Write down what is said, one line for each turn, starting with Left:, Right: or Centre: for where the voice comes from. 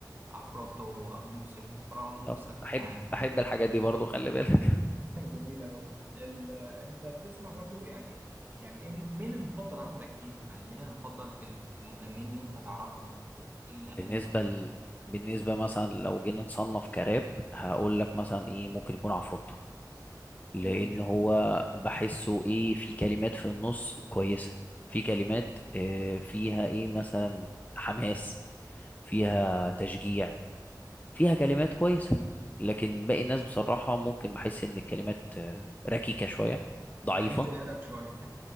Right: عفروتو ابو يوسف مروان موسى
Left: طبعا بحب
Right: <laughs>
Left: بحب الحاجات دي برضو خلي بالك <laughs>
Right: جميل أوي ال... آه، أنت بتسمع برضو يعني يعني إيه- مين المفضل عندك فيهم؟ يعني مين المفضل في المغنيين اللي أنت تعرفهم أو إيه الأغاني
Left: بالنسبه
Right: اللي أنت بتحبها؟
Left: ل... بالنسبه مثلا لو جينا نصنف كراب هقول لك مثلا ايه ممكن يكون عفروتو لان
Right: جميل جدا
Left: هو بحسه ايه في كلمات في النص كويسه في كلمات آه، فيها ايه مثلا حماس فيها تشجيع فيها كلمات كويسه لكن باقي الناس بصراحه ممكن بحس ان الكلمات آه، ركيكه شويه ضعيفه
Right: وقلت الأدب شوية